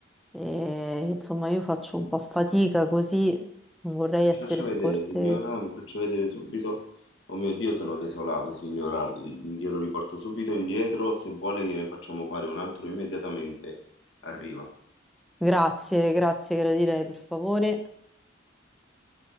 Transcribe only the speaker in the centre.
e, insomma io faccio un po' fatica così, non vorrei essere
scortese.
Grazie, grazie, gradirei, per favore.